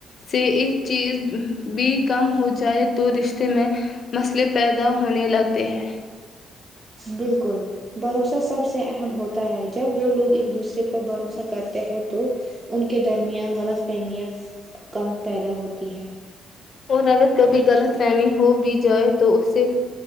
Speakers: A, on the left; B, on the right.
A: سے ایک چیز بھی کم ہو جائے تو رشتے میں مسئلے پیدا ہونے لگتے ہیں
B: بالکل بھروسہ سب سے اہم ہوتا ہے جب دو لوگ ایک دوسرے پر بھروسہ کرتے ہیں تو ان کے درمیان غلط فہمت کم پیدا ہوتی ہے
A: اور اگر کبھی غلط فہمی ہو بھی جائے تو اسے